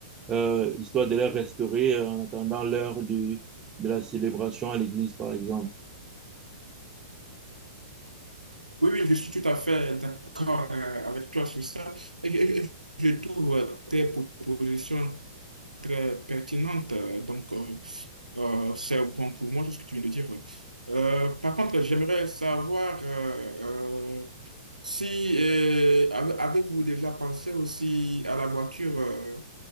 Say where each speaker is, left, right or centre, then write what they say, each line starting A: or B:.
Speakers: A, on the right; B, on the right.
A: euh, histoire de les restaurer en attendant l'heure de, de la célébration à l'église, par exemple.
B: Oui, oui, je suis tout à fait d'accord euh, avec toi sur ça. Et Je, je- je trouve euh, tes propositions très pertinentes. euh, Donc, euh, euh, c'est bon pour moi, tout ce que tu viens de dire. Euh, par contre, j'aimerais savoir euh, euh, Si, euh, ave- avez-vous déjà pensé aussi à la voiture, euh,